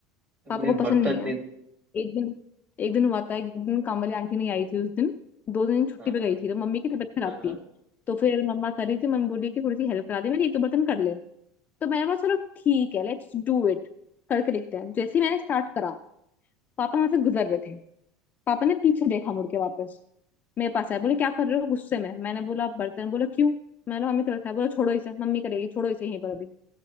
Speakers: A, on the right; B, on the left.
A: तुमने
B: पापा को पसंद
A: बर्तन
B: नहीं है
A: नहीं
B: एक दिन एक दिन हुआ था एक दिन काम वाली आंटी नहीं आई थी उस दिन दो दिन छुट्टी
A: हाँ
B: पे
A: हाँ
B: गई थी तो मम्मी की तबीयत खराब
A: हाँ हाँ।
B: थी तो फिर मम्मा कर रही थी मम्मी बोली कि थोड़ी सी हेल्प करा दे मेरी एक दो बर्तन कर ले तो मैंने बोला चलो ठीक है लेट्स डू इट करके देखते हैं जैसे ही मैंने स्टार्ट करा पापा वहां से गुजर रहे थे पापा ने पीछे देखा मुड़ के वापस मेरे पास आए बोले क्या कर रहे हो गुस्से में मैंने बोला आप बर्तन बोला क्यों मैंने बोला मम्मी कर रखा है बोला छोड़ो इसे मम्मी करेगी छोड़ो इसे यहीं पर अभी